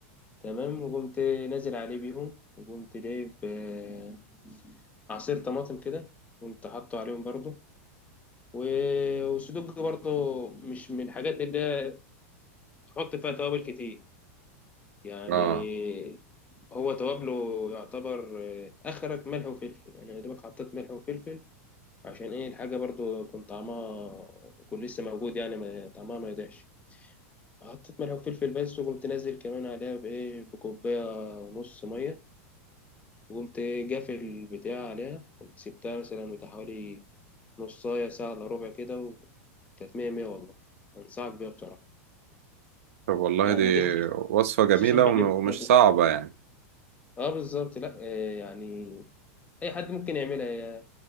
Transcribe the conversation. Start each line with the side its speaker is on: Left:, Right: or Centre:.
Left: تمام وقمت نازل عليه بيهم وقمت جايب آه، عصير طماطم كده قمت حاطه عليهم برضه و- والسدوج برضه مش من الحاجات اللي تحط فيها توابل كتير يعني
Right: آه
Left: هو توابله يعتبر آه، اخرك ملح وفلفل يعني يا دوبك حطيت ملح وفلفل عشان ايه الحاجه برضو يكون طعمها يكون لسه موجود يعني ما طعمها ما يضيعش حطيت ملح وفلفل بس وقمت نازل كمان عليها بايه بكوبايه ونص ميه وقمت جافل البتاع عليها سبتها مثلا بتاع حوالي نصايه ساعه الا ربع كده وكانت مية مية والله انصحك بيها بصراحه
Right: طب والله
Left: يعني
Right: دي
Left: دي خصوصا
Right: وصفة جميلة
Left: خصوصا بالليل
Right: وم- ومش
Left: كده هتبقى
Right: صعبة
Left: لذيذة.
Right: يعني
Left: اه بالظبط لا آه، يعني اي حد ممكن يعملها يا-